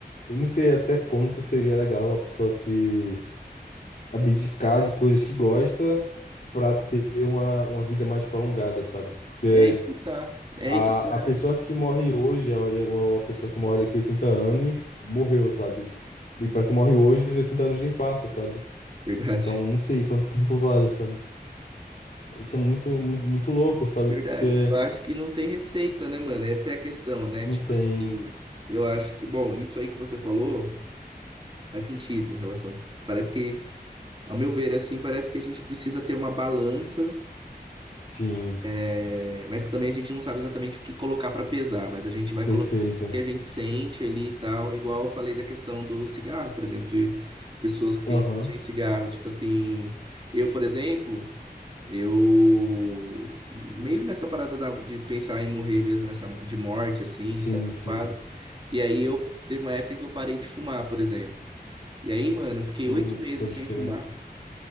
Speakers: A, on the left; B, on the right.
A: eu não sei até quanto seria legal a pessoa se abdicar de coisas que gosta para ter uma, uma vida mais prolongada, sabe? Porque
B: É aí que tá. É
A: a,
B: aí que tá.
A: a pessoa que morre hoje, a- ou a pessoa que morre daqui a 80 anos, morreu, sabe? E para quem morre hoje, os 80 anos nem passa, sabe?
B: Verdade,
A: Então não sei quanto <laughs> tempo vale, sabe? Isso é muito, mu- muito louco, sabe?
B: verdade.
A: Porque
B: Eu acho que não tem receita, né, mano? Essa é a questão, né?
A: não
B: Tipo
A: tem.
B: assim, eu acho que, bom, isso aí que você falou faz sentido em relação de, parece que, ao meu ver, assim, parece que a gente precisa ter uma balança,
A: Sim,
B: é, mas que também a gente não sabe exatamente o que colocar pra pesar, mas a gente vai
A: perfeito.
B: colocando o que a gente sente ali e tal, igual eu falei da questão do cigarro, por exemplo, de pessoas que têm
A: Aham.
B: vício em cigarro, tipo assim, eu, por exemplo, Eu meio nessa parada da- de pensar em morrer mesmo, nessa de morte, assim,
A: Sim,
B: ficar preocupado.
A: sim.
B: E aí eu teve uma época que eu parei de fumar, por exemplo. E aí, mano, eu fiquei
A: Putz,
B: oito meses
A: pode
B: sem
A: crer.
B: fumar.